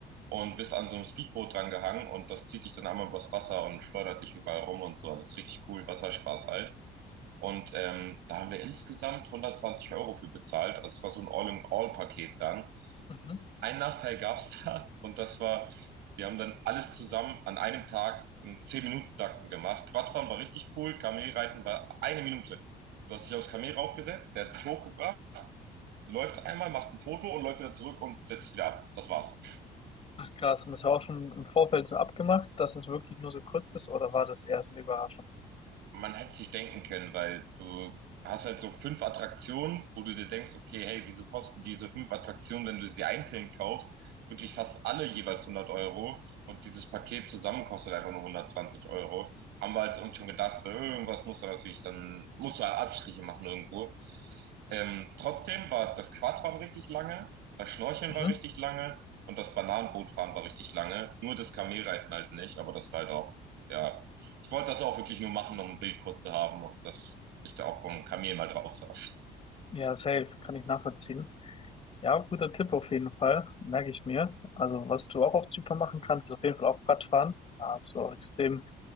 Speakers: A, on the right; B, on the left.
A: und bist an so einem Speedboot dran gehangen und das zieht dich dann einmal übers Wasser und schleudert dich überall rum und so. Also es ist richtig cool, Wasserspaß halt. Und ähm, da haben wir insgesamt 120 Euro für bezahlt. Also es war so ein All-in-All-Paket dann.
B: Mhm.
A: Ein Nachteil gab es <laughs> da und das war, die haben dann alles zusammen an einem Tag in zehn minuten takten gemacht. Quadfahren war richtig cool, Kamelreiten war eine Minute. Du hast dich aufs Kamel raufgesetzt, der hat dich hochgebracht läuft einmal, macht ein Foto und läuft wieder zurück und setzt sich wieder ab. Das war's.
B: Ach krass, und das war auch schon im Vorfeld so abgemacht, dass es wirklich nur so kurz ist, oder war das eher so eine Überraschung?
A: man hätte sich denken können, weil du hast halt so fünf Attraktionen, wo du dir denkst, okay, hey, wieso kosten diese fünf Attraktionen, wenn du sie einzeln kaufst, wirklich fast alle jeweils 100 Euro und dieses Paket zusammen kostet einfach nur 120 Euro. Haben wir halt uns schon gedacht, so, irgendwas muss da natürlich dann, musst du halt Abstriche machen irgendwo. Ähm, trotzdem war das Quadfahren richtig lange, das Schnorcheln
B: Mhm.
A: war richtig lange und das Bananenbootfahren war richtig lange. Nur das Kamelreiten halt nicht, aber das war halt auch, ja, ich wollte das auch wirklich nur machen, um ein Bild kurz zu haben und dass ich da auch einem Kamel mal drauf saß.
B: Ja, safe, kann ich nachvollziehen. Ja, guter Tipp auf jeden Fall, merke ich mir. Also, was du auch auf Zypern machen kannst, ist auf jeden Fall auch Radfahren. Da hast du auch extrem